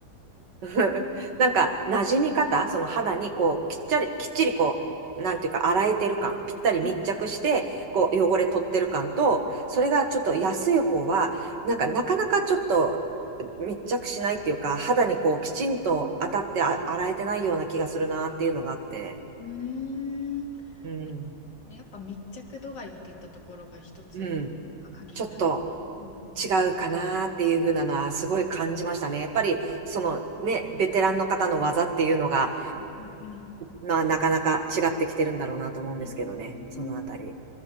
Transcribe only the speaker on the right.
<laughs> なんか、
馴染み方、その肌にこう、きっちり、きっちりこう、なんていうか、洗えてる感、ぴったり密着して、
こう、汚れ取ってる感と、それがちょっと安い方は、なんか、
なかなかちょっと密着しないっていうか、肌にこう、きちんと当たってあ洗えてないような気がするなっていうのがあって、
うん、
うん、ちょっと
違うかなっていう風なのは、すごい感じましたね。やっぱり、そのね、
ベテランの方の技っていうのが、
まあ、なかなか違ってきてるんだろうなと思うんですけどね、
そのあたり。